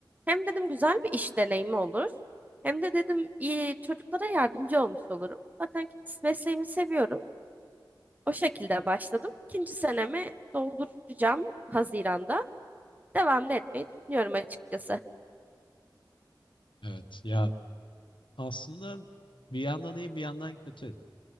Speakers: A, on the right; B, on the left.
A: Hem dedim güzel bir iş deneyimi olur. Hem de dedim iyi çocuklara yardımcı olmuş olurum. Zaten mesleğimi seviyorum. O şekilde başladım. İkinci senemi dolduracağım Haziran'da devam da etmeyi düşünüyorum açıkçası.
B: Evet. Ya aslında bir yandan iyi bir yandan kötü.